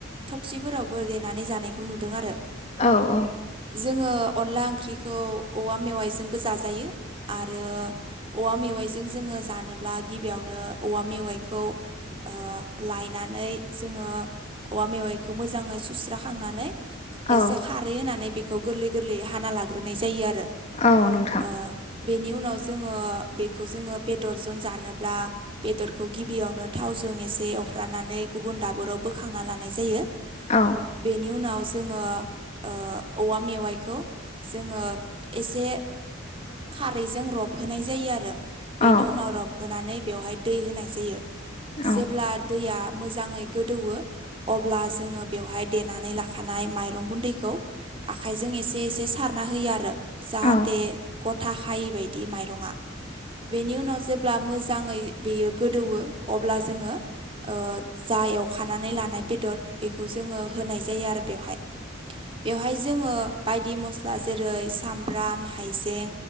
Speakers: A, on the right; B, on the left.
A: थबसिफोरावबो देनानै जानायखौ नु नुदों आरो
B: औ औ
A: जोङो अनला ओंख्रिखौ औवा मेवाइजोंबो जाजायो आरो औवा मे आइजों जों जोङो जानोब्ला गिबियावनो औवा मेवाइखौ ओ लायनानै जोङो औवा मेवाइखौ मोजाङै सुस्राखांनानै
B: औ
A: एसे खारै होननानै बेखौ गोरलै गोरलैयै हाना लाग्रोनाय जायो आरो
B: औ नोंथां
A: ओ बेनि उनाव जोङो बेखौ जोङो बेदरजों जानोब्ला बेदरखौ गिबियावनो थावजों एसे एवफ्रानानै गुबुन दाबोराव बोख खांना लानाय जायो
B: औ
A: बेनि उनाव ज जोङो ओ औवा मेवाइखौ जोङो एसे खारैजों रबहोनाय जायो आरो बेनि
B: औ
A: उनाव रबहोनानै बेवहाय दै होनाय जायो।
B: औ
A: जेब्ला दैआ मोजाङै गोदौवो अब्ला जोङो बेवहाय देनानै लाखानाय माइरं गुन्दैखौ आखाइजों एसे एसे सारना होयो आरो जाहाथे
B: औ
A: गथा खायै बाय दि माइरङा बेनि उनाव जेब्ला मोजाङै बेयो गोदौवो अब्ला जोङो ओ जा एवखानानै लानाय बेदर बेखौ जों ओ होनाय जायो आरो बेवहाय बेवहाय जोङो बायदि मस्ला जेरै सामब्राम हाइजें